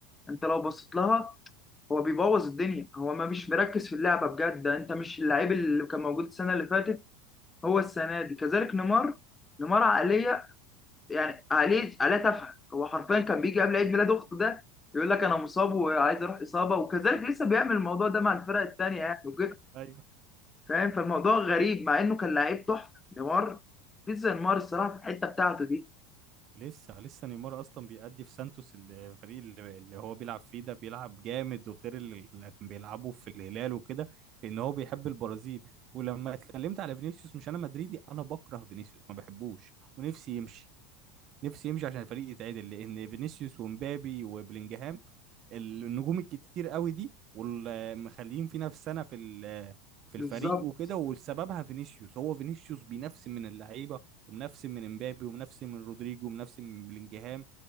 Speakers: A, on the left; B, on the right.
A: انت لو بصيت لها هو بيبوظ الدنيا هو ما مش مركز في اللعبه بجد انت مش اللعيب اللي كان موجود السنه اللي فاتت هو السنه دي كذلك نيمار نيمار عقليه يعني عقليه عقليه تافهه هو حرفيا كان بيجي قبل عيد ميلاد اخته ده يقول لك انا مصاب وعايز اروح اصابه وكذلك لسه بيعمل الموضوع ده مع الفرق التانيه يعني وكده
B: ايوه
A: فاهم فالموضوع غريب مع انه كان لعيب تحفه نيمار في زي نيمار الصراحه في الحته بتاعته دي
B: ولسه لسه نيمار اصلا بيأدي في سانتوس الفريق اللي اللي هو بيلعب فيه ده بيلعب جامد وغير اللي كان بيلعبه في الهلال وكده لان هو بيحب البرازيل ولما اتكلمت على فينيسيوس مش انا مدريدي انا بكره فينيسيوس ما بحبوش ونفسي يمشي نفسي يمشي عشان الفريق يتعدل لان فينيسيوس ومبابي وبلينجهام النجوم الكتير قوي دي والمخليين في نفس سنه في ال- في
A: بالظبط
B: الفريق وكده وسببها فينيسيوس هو فينيسيوس بينفسن من اللعيبه ومنفسن من امبابي ومنفسن من رودريجو ومنفسن من بلينجهام